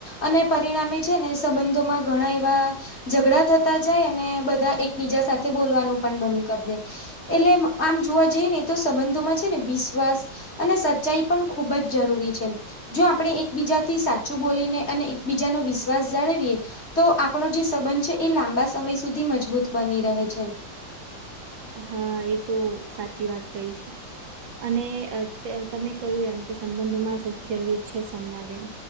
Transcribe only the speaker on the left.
અને પરિણામે છે ને સંબંધોમાં ઘણા એવા ઝઘડા થતા જાય અને બધા એકબીજા સાથે બોલવાનું પણ બંધ કરી દે. એટલે આમ જોવા જઈએ ને એ તો સંબંધોમાં છે ને વિશ્વાસ અને સચ્ચાઈ પણ ખૂબ જ જરૂરી છે એમ. જો આપણે એકબીજાથી સાચું બોલીને અને એકબીજાનો વિશ્વાસ જાળવીએ. તો આપણો જે સંબંધ છે એ લાંબા સમય સુધી મજબૂત બની રહે છે.